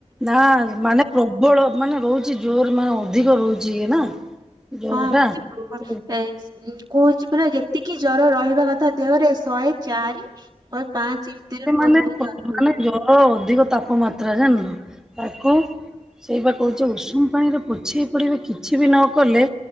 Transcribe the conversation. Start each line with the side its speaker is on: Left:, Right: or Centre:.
Centre: ନା ମାନେ ପ୍ରବଳ ମାନେ ରହୁଛି, ଜୋର ମାନେ ଅଧିକ ରହୁଛି, ଇଏ ନା ଜର
Right: ହଁ
Centre: ଟା
Right: ମତେ
Centre: ତ
Right: କଉଛି ପୁରା ଯେତିକି ଜର ରହ କହ କଥା ଦେହରେ ଶହେ ଚାରି ଶହେ ପାଞ୍ଚ ଭିତରେ
Centre: ମାନେ,
Right: ବୋଧହୁଏ ଜର
Centre: ମାନେ
Right: ରହୁଛି।
Centre: ଜଳ ଅଧିକ ତାପମାତ୍ରା ପତ୍ର ଜନ୍ <unintelligible> ତାକୁ ସେଇ ବା କହୁଛ ଉଷୁମ ପାଣିରେ ପୋଛି ହେଇ ପଡିବେ, କିଛି ବି ନ କଲେ